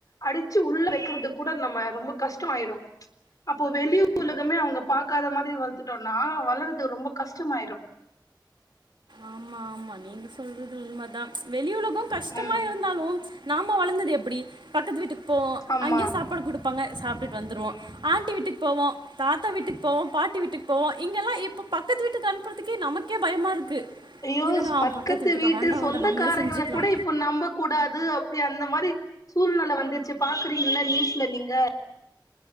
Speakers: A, on the left (about 50°); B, on the right (about 75°).
A: அடிச்சு உள்ள வெக்கறது கூட நம்ம ரொம்ப கஷ்டொ ஆய்ரு அப்போ வெளி உலகமே அவுங்க பாக்காத மாதிரி வளத்துட்டோன்னா வளர் இது ரொம்ப கஷ்டமாய்ரும்
B: ஆமா ஆமா நீங்க சொல்றது உண்மதா வெளி உலகோ கஷ்டமா
A: ஆமா
B: இருந்தாலு நாம வளந்தது எப்பிடி பக்கத்து வீட்டுக் போவொ
A: ஆமா
B: அங்யே சாப்பாடு குடுப்பாங்க சாப்டுட் வந்துருவோ ஆண்டி வீட்டுக் போவோ தாத்தா வீட்டுக் போவோ பாட்டி வீட்டுக் போவோ இங்கெல்லா இப்பொ பக்கத்து வீட்டுக் அனுப்புறதுக்கே நமக் கே பயமா இருக்கு
A: <unintelligible>
B: என்னடா
A: பக்கத்து
B: வீட்டுக்கா
A: வீட்டு
B: வேண்டா
A: சொந்தக்காரங்கள
B: வேண்டா நம்மளே செஞ்சுக்கலா
A: கூட இப்போ நம்பக்கூடாது அப்டிய அந்த மாரி சூழ்நல வந் துச்சு பாக்குறீங்கள நியூஸ்ல நீங்க